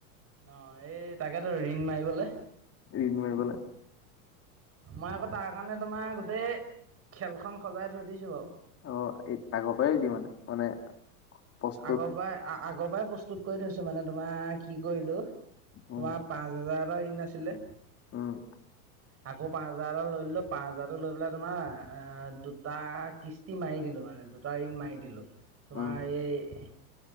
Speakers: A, on the right; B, on the left.
A: ন এই তাকেতো ঋণ মাৰিবলে
B: ঋন মাৰিবলে।
A: মই আকৌ তাৰ কাৰণে তোমাৰ গোটেই খেলখন সজাই থৈ দিছো বাৰু
B: অ, এ আগৰ পৰাই দিয়ে মানে, মানে প্ৰস্তুত
A: আগৰ পৰাই আগৰ পৰাই প্ৰস্তুত কৰি থৈছো মানে ত তোমাৰ কি কৰিলো তোমাৰ
B: উম
A: পাঁচ হাজাৰটা ঋণ আছিলে
B: উম।
A: আকৌ পাঁচ হাজাৰটা লৈ লিলো, পাঁচ হাজাৰতো লৈ পেলাই তোমাৰ আহ দুটা কিস্তি মাৰি দিলো। মানে, দুটা ঋণ মাৰি দিলো, তোমাৰ
B: উম
A: এই